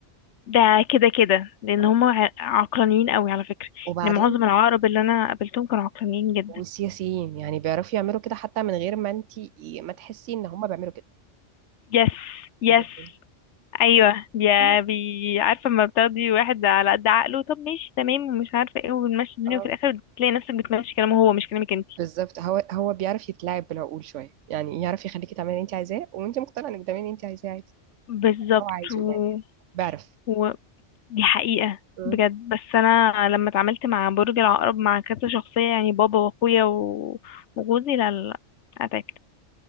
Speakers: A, on the left; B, on the right.
A: ده كده كده لان
B: نعم
A: هم ع- عقلانيين قوي على فكرة
B: وبعدين
A: يعني معظم العقرب اللي انا قابلتهم كانوا عقلانيين جدا
B: والسياسيين يعني بيعرفوا يعملوا كده حتى من غير ما انت ما تحسي ان هم بيعملوا كده
A: يس يس
B: جدا
A: ايوه يا
B: ايوه
A: بي عارفه لما بتاخدي واحد على قد عقله طب ماشي تمام ومش عارفه ايه وبنمشي الدنيا
B: اه
A: وفي الاخر بتلاقي نفسك بتمشي كلامه هو مش كلامك انت
B: بالظبط هو هو بيعرف يتلاعب بالعقول شويه يعني يعرف يخليكي تعملي اللي انت عايزاه وانت مقتنعه انك تعملي اللي انت عايزاه عادي
A: بالظبط
B: اللي هو عايزه
A: و...
B: يعني بيعرف
A: و... دي حقيقه
B: مم.
A: بجد بس انا لما اتعاملت مع برج العقرب مع كذا شخصيه يعني بابا واخويا و... وجوزي لا لا لا اتعبت